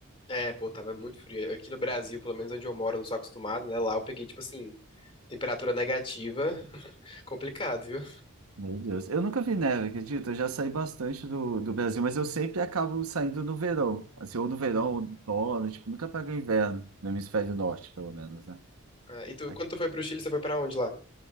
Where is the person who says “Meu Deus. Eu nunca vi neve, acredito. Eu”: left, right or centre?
Right